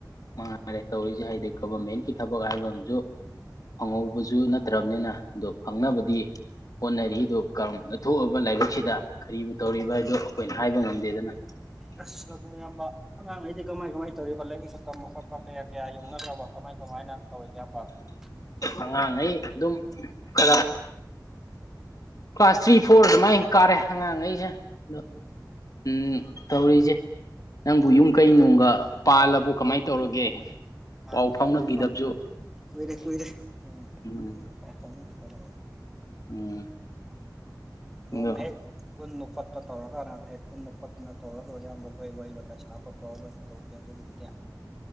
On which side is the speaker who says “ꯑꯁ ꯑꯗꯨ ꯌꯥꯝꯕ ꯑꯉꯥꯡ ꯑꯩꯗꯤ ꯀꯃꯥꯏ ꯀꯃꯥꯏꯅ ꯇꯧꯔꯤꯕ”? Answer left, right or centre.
Centre